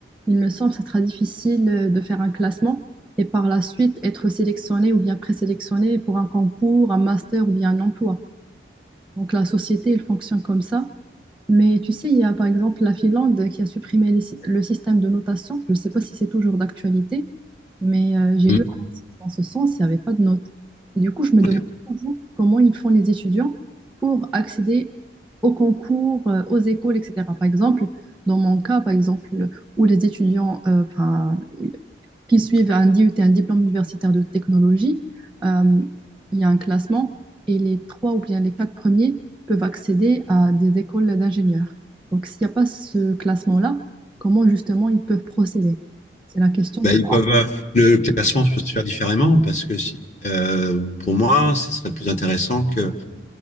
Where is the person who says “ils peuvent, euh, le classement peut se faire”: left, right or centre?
Left